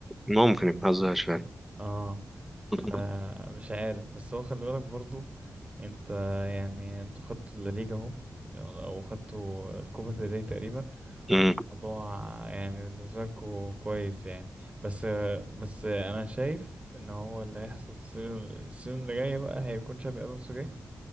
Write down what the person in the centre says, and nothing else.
ممكن ما بنهزرش فعلا
<laughs>
أمم،